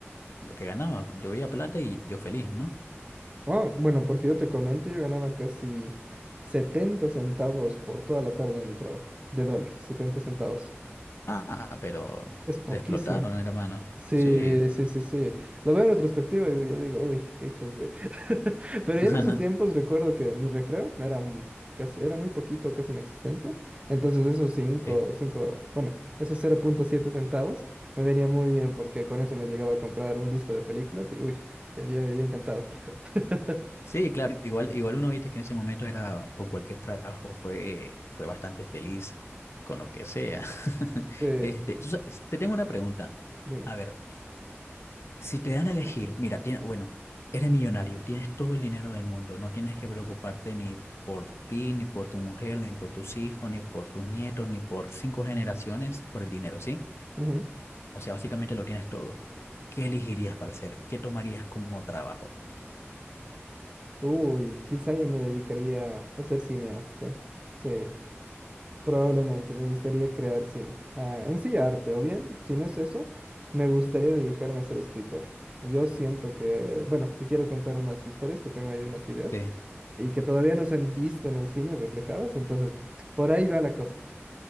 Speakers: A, on the left (about 65°); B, on the right (about 25°).
A: lo que ganaba. Yo veía plata y yo feliz, ¿no?
B: ah, bueno, porque yo te comento, yo ganaba casi 70 centavos por toda la tarde de mi trabajo, de dólares, 70 centavos.
A: Ah, pero
B: Es poquísimo.
A: te explotaron, hermano.
B: Sí,
A: Sí.
B: sí, sí, sí. Lo veo en retrospectiva y yo digo, uy, qué hijos de... <laughs> Pero yo
A: <laughs>
B: en esos tiempos recuerdo que mi recreo era m- casi, era muy poquito, casi inexistente. Entonces esos cinco,
A: Sí.
B: cinco, bueno, esos cero punto siete centavos me venía muy bien porque con eso me llegaba a comprar un disco de películas y uy, yo, yo, yo encantado. <laughs>
A: Sí, claro, igual, igual uno viste que en ese momento era con cualquier trabajo fue, fue bastante feliz con lo que sea. <laughs>
B: Sí,
A: Este, tú sa- te tengo una pregunta.
B: dime.
A: A ver, Si te dan a elegir, mira, tiene- bueno, eres millonario, tienes todo el dinero del mundo, no tienes que preocuparte ni por ti, ni por tu mujer, ni por tus hijos, ni por tus nietos, ni por cinco generaciones por el dinero, ¿sí?
B: Ujú.
A: O sea, básicamente lo tienes todo. ¿Qué elegirías para hacer? ¿Qué tomarías como trabajo?
B: Uy, quizá yo me dedicaría a ser cineasta. Sí. Probablemente me gustaría crear cine. Ah, en sí, arte, o bien, si no es eso, me gustaría dedicarme a ser escritor. Yo siento que, bueno, que quiero contar unas historias, que tengo ahí unas ideas
A: Sí.
B: y que todavía no se han visto en el cine reflejadas, entonces por ahí va la cosa.